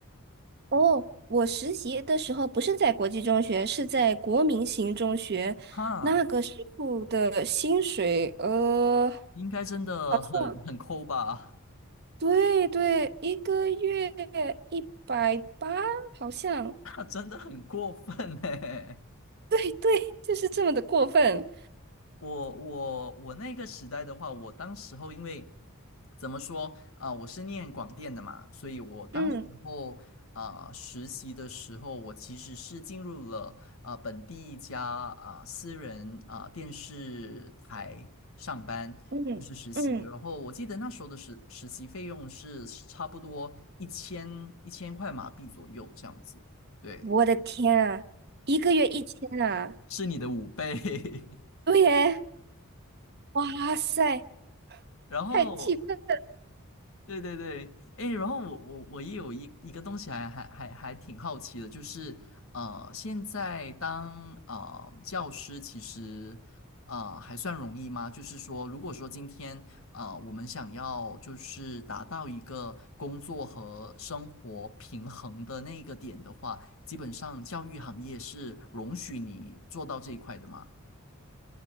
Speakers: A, on the right (about 50°); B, on the left (about 65°).
A: 哦，我实习的时候不是在国际中学，是在国民型中学，
B: 哈，
A: 那个时候的薪水，呃，
B: 应该真的很很抠吧？
A: 好像对对，一个月一百八，好像，
B: <laughs> 啊，真的很过分呢。
A: 对对，就是这么的过分。
B: 我我我那个时代的话，我当时候因为怎么说啊、我是念广电的嘛，所以我当时候啊、
A: 嗯
B: 实习的时候，我其实是进入了啊、本地一家啊、私人啊、电视台上班，
A: 嗯嗯，
B: 就是实习。然后我记得那时候的实实习费用是差不多一千一千块马币左右这样子，对，
A: 我的天啊，一个月一千啊，
B: 是你的五倍。<laughs>
A: 对耶，哇塞，
B: 然后
A: 太气愤。
B: 对对对，哎，然后我我我也有一一个东西还还还还挺好奇的，就是啊，现在当啊教师其实啊还算容易吗？就是说，如果说今天啊我们想要就是达到一个工作和生活平衡的那个点的话，基本上教育行业是容许你做到这一块的吗？